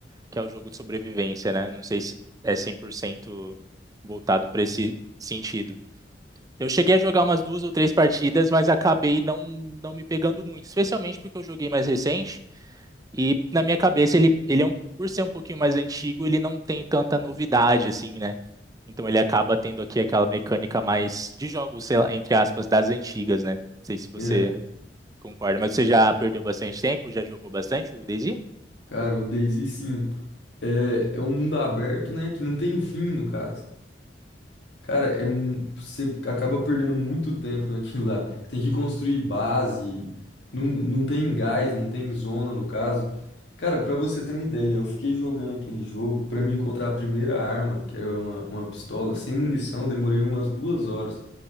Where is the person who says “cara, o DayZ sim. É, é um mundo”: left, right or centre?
Left